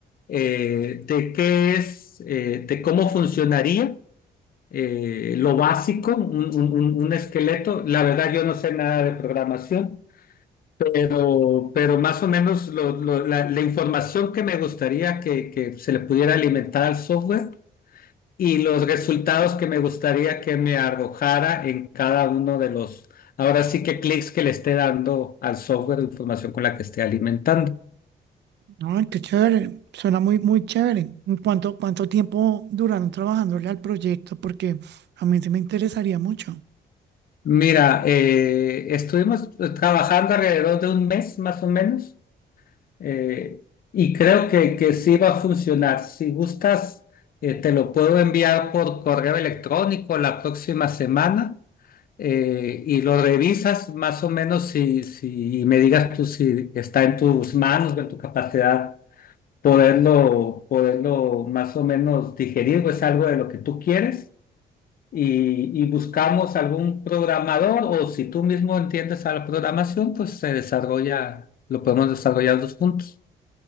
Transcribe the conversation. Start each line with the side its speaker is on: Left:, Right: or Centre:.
Left: eh, de qué es, eh, de cómo funcionaría. eh, lo básico, un, un un- un esqueleto. La verdad, yo no sé nada de programación. Pero, pero más o menos lo- lo- la, la información que me gustaría que, que se le pudiera alimentar al software y los resultados que me gustaría que me arrojara en cada uno de los, ahora sí que clics que le esté dando al software de información con la que esté alimentando.
Right: no, qué chévere. Suena muy, muy chévere. ¿En ¿Cuánto, cuánto tiempo duraron trabajándole al proyecto? Porque a mí sí me interesaría mucho.
Left: Mira, eh, estuvimos trabajando alrededor de un mes más o menos Eh, y creo que, que sí va a funcionar. Si gustas, eh, te lo puedo enviar por correo electrónico la próxima semana eh, y lo revisas más o menos si, si y me digas tú si está en tus manos en tu capacidad poderlo, poderlo más o menos digerir o es algo de lo que tú quieres. Y, y buscamos algún programador o si tú mismo entiendes a la programación, pues se desarrolla, lo podemos desarrollar dos puntos